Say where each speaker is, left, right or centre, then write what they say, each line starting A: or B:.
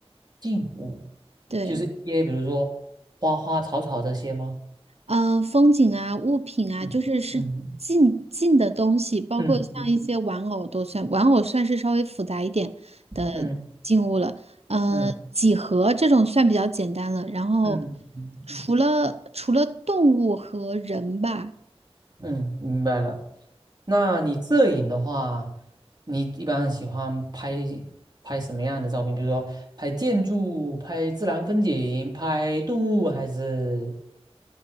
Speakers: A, on the right; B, on the right.
A: 静物，
B: 对，
A: 就是一些比如说花花草草这些吗？
B: 嗯、呃风景啊、物品啊，
A: 嗯嗯
B: 就是是近近的东西，包括像一些玩偶都算，
A: 嗯嗯
B: 玩偶算是稍微复杂一点的静物了。
A: 嗯
B: 嗯，
A: 嗯
B: 几何这种算比较简单了。然后
A: 嗯嗯嗯，
B: 除了除了动物和人吧，
A: 嗯明白了。那你摄影的话，你一般喜欢拍拍什么样的照片？比如说拍建筑、拍自然风景、拍动物，还是